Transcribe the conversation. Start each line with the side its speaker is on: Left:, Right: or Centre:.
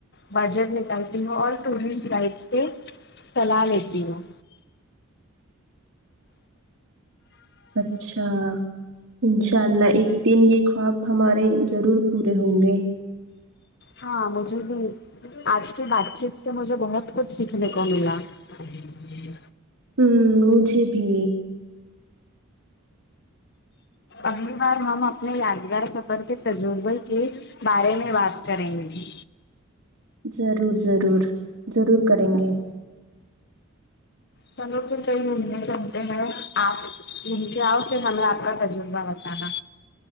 Left: بجر نکالتی ہوں اور ٹورسٹ گائڈ سے سلا لیتی ہوں
Right: اچھا انشاء اللہ ایک دن یہ خواب ہمارے ضرور پورے ہوں گے
Left: ہاں مجھے بھی اج کی بات چیت سے مجھے بہت کچھ سیکھنے کو ملا ہی جی
Right: ہم مجھے بھی
Left: اگلی بار ہم اپنے یادگار سفر کے ترجوبے کے بارے میں بات کریں گے
Right: ضرور ضرور ضرور کریں گے
Left: چلو پھر کہیں گھومنے چلتے ہیں اپ گھوم کے اؤ پھر ہمیں آپ کا تجربہ بتانا